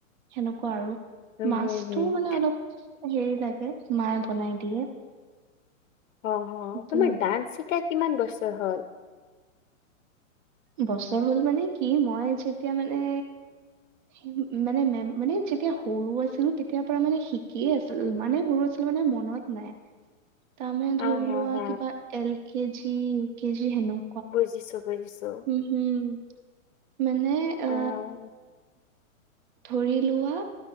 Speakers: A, on the right; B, on the left.
A: সেনেকুৱা আৰু,
B: উম
A: মাছটো
B: হম হম
A: মানে অলপ- হেৰি লাগে মায়ে বনাই দিয়ে।
B: অ অ
A: সেইটোৱে।
B: তোমাৰ ডান্স শিকা কিমান বছৰ হ'ল?
A: বছৰ হ'ল মানে কি, মই যেতিয়া মানে- উহুম মানে মেম মানে যেতিয়া সৰু আছিলো তেতিয়াৰ পৰা মানে শিকিয়ে আছ- ছিলো, ইমানেই সৰু আছিলো মানে মনত নাই।
B: <inaudible>
A: তাৰ মানে ধৰি
B: অ হ
A: লোৱা
B: হ
A: কিবা এল কেজি, ইউ কেজি হেনো-
B: বুজিছোঁ বুজিছোঁ।
A: উ হুম মানে
B: উম
A: অ ধৰি লোৱা,